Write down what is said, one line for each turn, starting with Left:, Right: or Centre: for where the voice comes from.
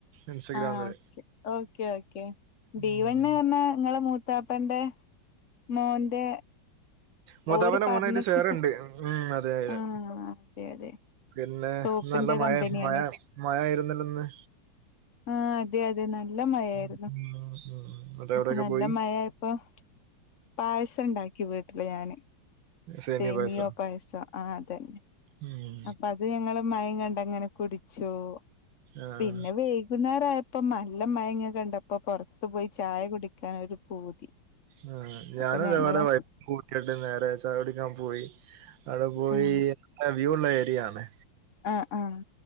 Right: ഇൻസ്റ്റഗ്രാമില്
Left: ആഹ ഓക്കേ ഓക്കേ ഓക്കെ. ഡി
Right: ഉം
Left: വൺന്ന് പറഞ്ഞാ നിങ്ങള മ ത്താപ്പന്റെ മോന്റെ
Right: മൂത്താപ്പന്റ
Left: ഓര് പാർട്ണർഷിപ്പ്
Right: മോനായില് ഷയറണ്ട്. ഉ അതെ അതെ.
Left: ആഹ് അതെ അതെ
Right: പിന്നെ
Left: സോപ്പിന്റെ
Right: നല്ല മഴ
Left: കമ്പനിയാണ്
Right: മഴ മഴായിരുന്നില്ല ഇന്ന്
Left: ആഹ അതെ അതെ. നല്ല മഴായിരുന്നു.
Right: ഇന്ന് മറ്റേ എവിടെയൊക്കെ
Left: അപ്പൊ നല്ല
Right: പോയി
Left: മഴ ഇപ്പൊ പായസം ഉണ്ടാക്കി വീട്ടില് ഞാന്.
Right: സേമിയ
Left: സേമിയോ
Right: പായസം
Left: പായസോ. ആഹ അതന്നെ.
Right: ഉം
Left: അപ്പ അത് ഞങ്ങള് മയം കണ്ടങ്ങനെ കുടിച്ചു.
Right: ആഹ്
Left: പിന്നെ വൈകുന്നേര ആ ഇപ്പൊ നല്ല മയങ്ങിന കണ്ടപ്പോ പുറത്തു പോയി ചായ കുടിക്കാനൊരു പൂതി.
Right: ഉ ഞാനു
Left: അപ്പൊ ഞങ്ങള്
Right: ഇതപോല വൈ കൂട്ടിട്ട് നേരെ ചായ കുടിക്കാൻ പോയി. അവിടെ പോയി
Left: ആഹ്
Right: വ്യൂ ഉള്ള ഏരിയ ആണ്
Left: ആഹ് ആഹ്